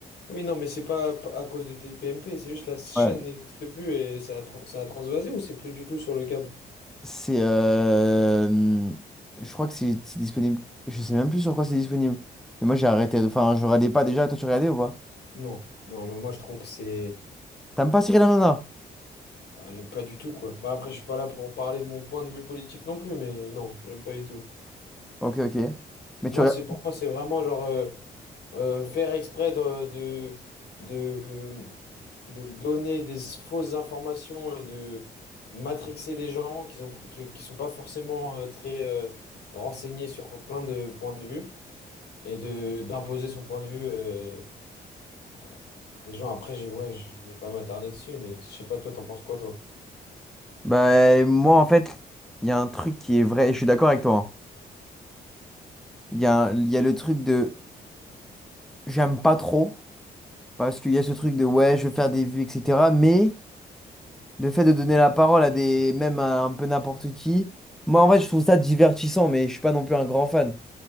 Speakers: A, on the left; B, in the centre.
A: Oui, non, mais c'est pas p- à cause de TPMP, c'est juste la chaîne
B: Ouais.
A: n'existe plus et ça a, tran- ça a transvasé ou c'est plus du tout sur le câble?
B: C'est, euh, hmm, je crois que c'est c'est disponible. Je sais même plus sur quoi c'est disponible. Mais moi j'ai arrêté. de- Enfin, je regardais pas déjà. Toi tu regardais ou pas?
A: Non, non, mais moi je trouve que c'est
B: T'aimes pas Cyril Hanouna?
A: euh, pas du tout quoi. Bah, après, je suis pas là pour parler de mon point de vue politique non plus, mais non, j'aime pas du tout.
B: Ok, ok. Mais tu
A: Moi,
B: regardes.
A: c'est pour moi, c'est vraiment genre euh, euh, faire exprès de, de, de, de donner des fausses informations et de matrixer des gens qui ont, qui, qui sont pas forcément euh, très euh, renseignés sur plein de points de vue et de d'imposer son point de vue euh, à des gens. Après, j'ai, ouais, je ne vais pas m'attarder dessus, mais je sais pas, toi, t'en penses quoi, toi?
B: Bah, moi, en fait, il y a un truc qui est vrai, et je suis d'accord avec toi. hein. Il y a, un- il y a le truc de j'aime pas trop, parce qu'il y a ce truc de ouais, je veux faire des vues, etc. Mais le fait de donner la parole à des, même à un peu n'importe qui, moi, en fait, je trouve ça divertissant, mais je suis pas non plus un grand fan.